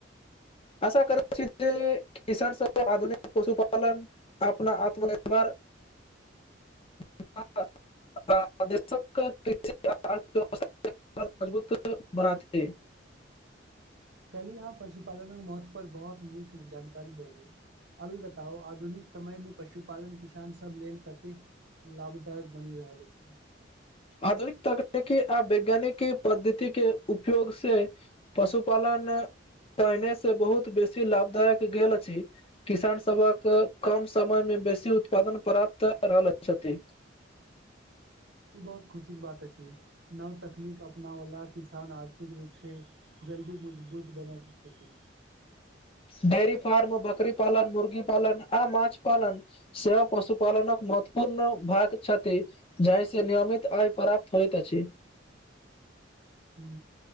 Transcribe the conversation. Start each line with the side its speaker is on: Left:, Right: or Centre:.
Left: आशा करै छी जे किसान सब के आधुनिक पशुपालन अपना आत्मनिर्भर <unintelligible> <unintelligible>
Right: कहली यहाँ पशुपालनक महत्व पर बहुत नीक जानकारी देली अभी बताउ आधुनिक समय मे पशुपालन किसान सब लेल कतेक लाभदायक बनि रहल अछि
Left: आधुनिक तकनीकी आ वैज्ञानिक पद्धति के उपयोग से पशुपालन पहिने से बहुत बेसी लाभदायक गेल अछि किसान सभक कम समय मे बेसी उत्पादन प्राप्त रहल अछि
Right: बहुत खुशी क बात अछि नव तकनीक अपना वला किसान आर्थिक रूप से जल्दी मजबूत बना क छथिति
Left: डेरी फार्म बकरी पालन मुर्गी पालन आ मछली पालन से पशुपालनक महत्वपूर्ण भाग छथि जाहि से नियमित आय प्राप्त होइत अछि
Right: हू